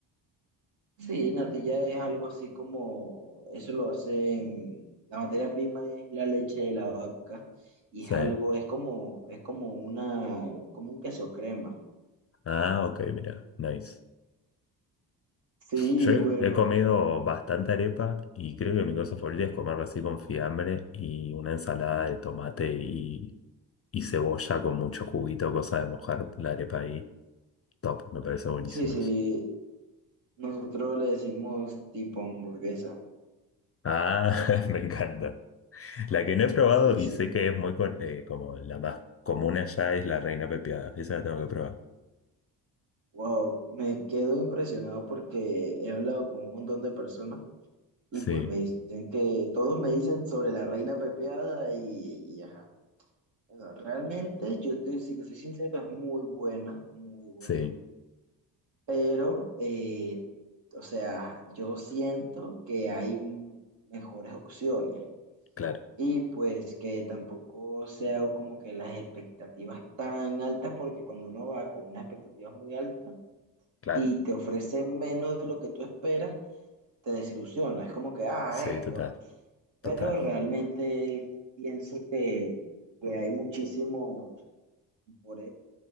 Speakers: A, on the right; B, on the left.
A: Sí, natilla es algo así como, eso lo hacen, la materia prima es la leche de la vaca y es
B: Sí.
A: algo, es como, es como una, como un queso crema.
B: Ah, ok, mira. Nice.
A: Sí,
B: Yo
A: bueno,
B: he comido bastante arepa y creo que mi cosa favorita es comerla así con fiambre y una ensalada de tomate y, y cebolla con mucho juguito, cosa de mojar la arepa ahí. Top, me parece buenísimo
A: sí, sí,
B: eso.
A: nosotros le decimos tipo hamburguesa,
B: Ah, <laughs> me encanta. La que no he probado
A: sí,
B: y
A: sí.
B: sé que es muy co- eh, como la más común allá es la reina pepiada. Esa la tengo que probar.
A: Wow, me quedo impresionado porque he hablado con un montón de personas y
B: Sí,
A: pues me dicen que todos me dicen sobre la reina pepeada y, y ajá. Bueno, realmente yo te, si te soy sincero, es muy buena, muy buena,
B: sí,
A: pero, eh, o sea, yo siento que hay mejores opciones.
B: claro,
A: Y pues que tampoco sea como que las expectativas tan altas, porque cuando uno va con unas expectativas muy altas
B: claro.
A: y te ofrecen menos de lo que tú esperas, te desilusiona. Es como que, ah,
B: Sí,
A: esto.
B: total,
A: Pero
B: total.
A: realmente pienso que, que hay muchísimos por-